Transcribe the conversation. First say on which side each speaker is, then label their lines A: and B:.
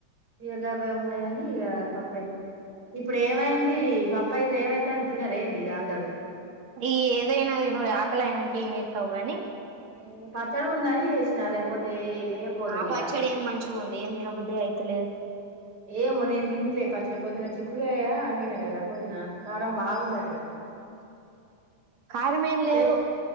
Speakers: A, on the right; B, on the right.
A: <unintelligible> ఉన్నాయని ఇక పప్పే ఇప్పుడు ఏమైంది పప్పాయితే ఏమైతంది తినరేంది గాంధరు
B: ఈ ఏదైనా తిను ఆకలీ అయినాక ఏం చేస్తావు కానీ
A: ఆ పచ్చడి ఉందని చేసిన లేకపోతే ఏ పోదును
B: ఆపచ్చాడి
A: ఇక
B: ఏమి మంచిగా ఉంది ఏం తినబుద్ధే అయితలేదు
A: ఏమో నేను తిన్లె పచ్చడి పొద్దున చిక్కుడుగాయా అండినా కదా పొద్దున కారం బాగుందటగా
B: కరమేమి లేదు
A: చే